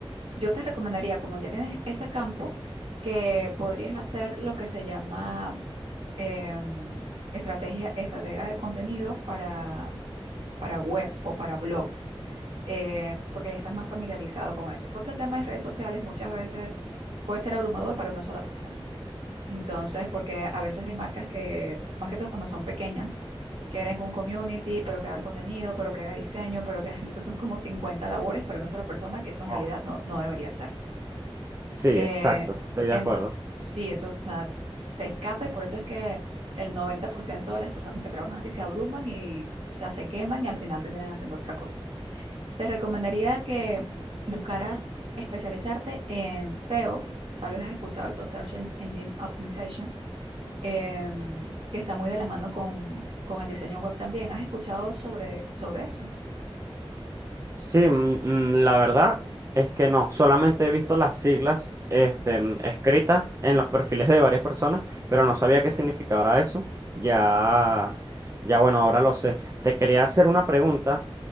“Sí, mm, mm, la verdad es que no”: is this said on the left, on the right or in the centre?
Right